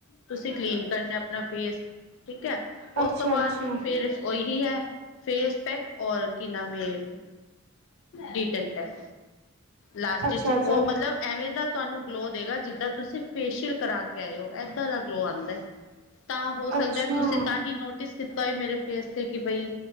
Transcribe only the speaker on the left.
ਤੁਸੀ ਕਲੀਨ ਕਰਨਾ ਏ ਆਪਣਾ ਫੇਸ, ਠੀਕ ਐ,
ਓਸ ਤੋਂ ਬਾਅਦ ਫੇਰ ਓਹੀ ਹੈ। ਫੇਸ ਪੈਕ ਔਰ ਕੀ ਨਾਮ ਏ ਡੀਟੈਨ ਪੈਕ। ਲਾਸਟ
ਚ ਓ ਮਤਲਬ ਐਵੇਂ ਦਾ ਤੁਆਨੂੰ ਗਲੋ ਦੇਗਾ ਜਿੱਦਾਂ ਤੁਸੀ ਫੇਸ਼ੀਅਲ ਕਰਾ ਕੇ ਆਏ ਓ ਏਦਾਂ ਦਾ ਗਲੋ ਆਂਦਾ ਏ ਤਾਂ ਹੋ ਸਕਦੈ
ਤੁਸੀ ਤਾਂ ਹੀ ਨੋਟ ਟਿਸ ਕੀਤਾ ਹੋਏ ਮੇਰੇ ਫੇਸ ਤੇ ਕਿ ਬਈ